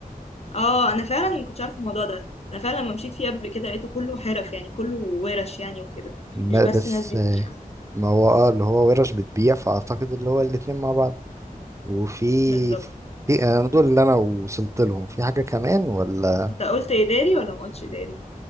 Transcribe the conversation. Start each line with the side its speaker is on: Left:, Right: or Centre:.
Left: اه انا فعلا ما كنتش عارف الموضوع ده انا فعلا لما مشيت فيه قبل كده لقيته كله حرف يعني كله ورش يعني وكده
Right: ما-
Left: مش بس
Right: بس
Left: ناس بتبيع
Right: آه، ما هو اه اللي هو ورش بتبيع فاعتقد اللي هو الاتنين مع بعض وفي
Left: بالظبط
Right: في انا دول اللي انا وصلت لهم في حاجة كمان ولا
Left: انت قلت اداري ولا ما قلتش اداري